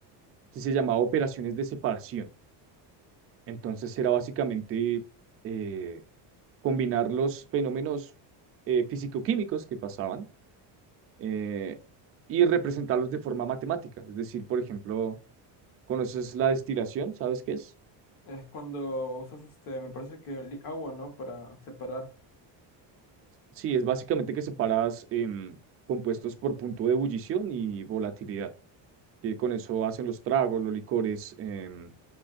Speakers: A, on the right; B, on the left.
A: que se llamaba operaciones de separación. Entonces era básicamente eh, combinar los fenómenos eh, físico-químicos que pasaban eh, y representarlos de forma matemática. Es decir, por ejemplo, ¿conoces la destilación? ¿Sabes qué es?
B: Es cuando usas, este, me parece que li- agua, ¿no? Para separar.
A: Sí, es básicamente que separas em, compuestos por punto de ebullición y volatilidad, que con eso hacen los tragos, los licores em,